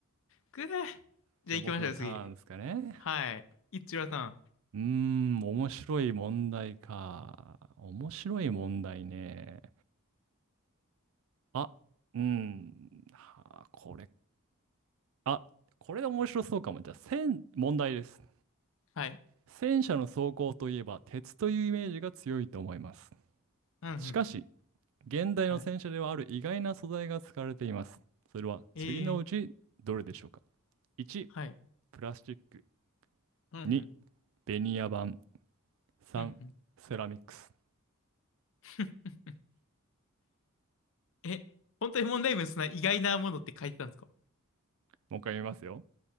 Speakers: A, on the left (about 65°); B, on the right (about 65°).
A: くぅ。じゃあ行きましょう、
B: じゃあ僕のターンですかね。
A: 次。はい。いっちゅらさん。
B: うーん、面白い問題か。面白い問題ね。あ、うん、はあ、これ、あ、これで面白そうかも。じゃあ、戦、問題です。
A: はい。
B: 戦車の走行といえば、鉄というイメージが強いと思います。
A: うんうん。
B: しかし、現代の戦車ではある意外な素材が使われています。
A: はい。
B: それは次のうちどれでしょうか
A: ええ
B: ?1、
A: はい。
B: プラスチック。
A: うんうん。
B: 2、ベニヤ板。3、
A: うんうん。
B: セラミックス。
A: <laughs> え、本当に問題文そんな意外なものって書いてたんですか
B: もう一回見ますよ。